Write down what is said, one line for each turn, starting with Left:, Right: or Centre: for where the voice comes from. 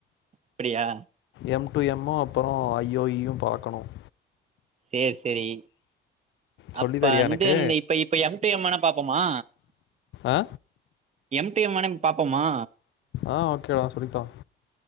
Right: அப்பிடியா
Left: எம் டு எம்மு ம் அப்பறம் ஐ ஓ யூ பாக்கணும்
Right: சேரி சேரி
Left: சொல்லி
Right: அப்ப
Left: தரியா
Right: வந்து
Left: எனக்கு
Right: இந்த இப்ப இப்ப எம் டூ எம் வெனா பாப்போமா
Left: ஆ
Right: எம் டூ எம் வெணா பாப்போமா
Left: ஆ ஓகேடா சொல்லித்தா